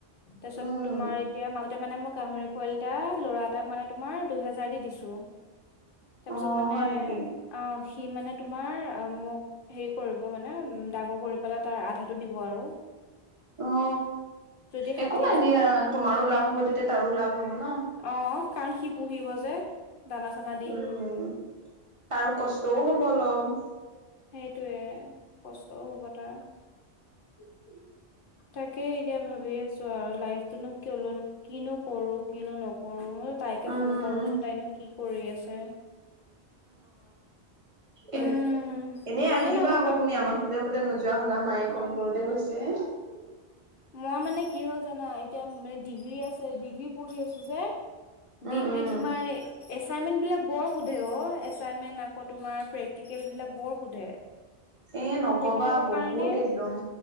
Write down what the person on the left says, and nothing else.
তাৰপিছত
তোমাৰ এতিয়া মাল মানে মোৰ গাহৰি পোৱলী এটা লৰা তাক মানে তোমাৰ দুহেজাৰ দি দিছো তাৰপিছত
মানে
অ সি মানে তোমাৰ অ মোক হেৰি কৰিব মানে ডাঙৰ কৰিব পেলাই তাৰ আধাটো দিব আৰু
যদি ষাঠি
হাজাৰ
পায়
উম।
অ কাৰণ কি পুহিব যে দানা চানা দি
সেইটোৱে কষ্টও হ'ব তাৰ
তাকে এতিয়া ভাবি আছো আৰু লাইফতোনো কেলেনো কিনো কৰো কিনো নকৰো ম তাইকে
ফোন কৰোচোন তাইনো কি কৰি আছে।
উম
ভালে
নালাগা
হলো
মই মানে কি হ'ল জানা এতিয়া ডিগ্ৰী আছে ডিগ্ৰী পঢ়ি আছো যে
ডিগ্ৰীত
তোমাৰ এছাইনমেণ্ট বিলাক বৰ সোধে অ এচাইনমেন্ট আকৌ তোমাৰ প্ৰেক্টিকেল বিলাক বৰ সোধে
সেইবিলাকৰ
কাৰণে